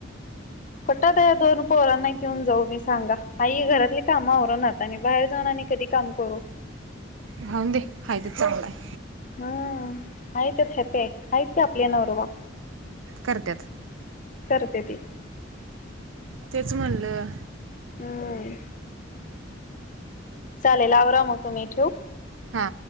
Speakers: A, on the left; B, on the right.
A: कटात या दोन पोरांना घेऊन जाऊ मी सांगा आई घरातली काम आवरणात आणि बाहेर जाऊन आणि कधी काम कर
B: राऊून दे हाय ते चांगला आहे
A: हम्म आहेतत हपे आहेत का आपल्या नवरवरबा
B: करतत
A: करते ती
B: तेच म्हणलं
A: हम् चालेल आवरा मग तु म्ही ठेव
B: हा